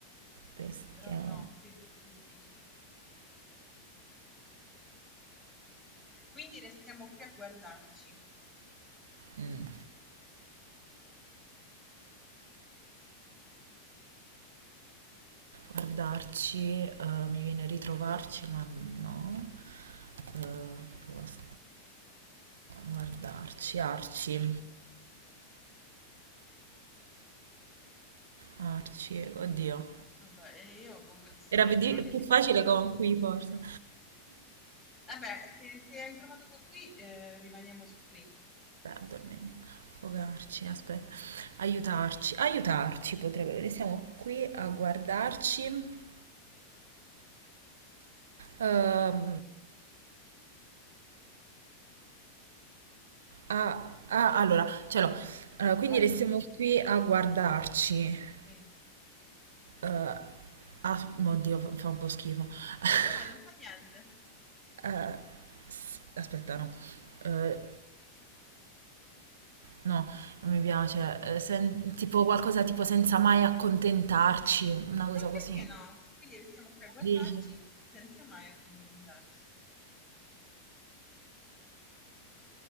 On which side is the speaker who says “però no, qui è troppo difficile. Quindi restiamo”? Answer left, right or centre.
Centre